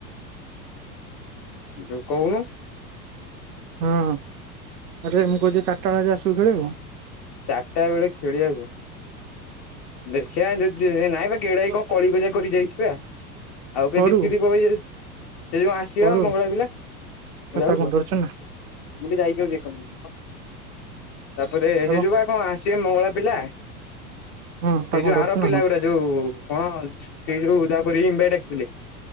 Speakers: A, on the left; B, on the right.
A: ଯୋଉ କହୁନୁ।
B: ହଁଁ ଆରେ ମୁଁ କହୁଚି ଚାରିଟା ବାଜୁ ଆଶିବୁ ଖେଲି ବାକୁ?
A: ଚାରିଟା ବେଳେ ଖେଳିବାକୁ? ଦେଖିଆ ଯଦି ନାଇଁ ବା ଗେଡା
B: ହଁ
A: ଭାଇ କଣ କଳିକଜିଆ କରି ଯାଇଚି ପା। ଆଉ କିଏ
B: କରୁ
A: ଦୀପ୍ତି ଦୀପକ ଭାଇ ଜଦି ସେ ଦିଜଣ ଆସିବେ
B: କରୁ
A: ମଙ୍ଗଳା ପିଲା କୁଆଡେ
B: ତାକୁ
A: ଯାଉଚ?
B: କଣ ଡରୁଛୁ ନା
A: ମୁଁ ଟିକେ ଯାଇକି ଆଉଚି ଏକୋନମି ତାପରେ
B: ତାକୁ
A: ସେ ଯୋଉ କଣ ସିଏ ମଙ୍ଗଳା ପିଲା
B: ହଁ ତାକୁ
A: ଏ ଯୋଉ
B: କଣ ଡରୁଛୁ
A: ଆର
B: ନା
A: ପିଲା ଗୁରା ଯୋଉ କଣ ସେ ଯୋଉ ଯାହାକୁ <unintelligible> ଡାକିଥିଲେ।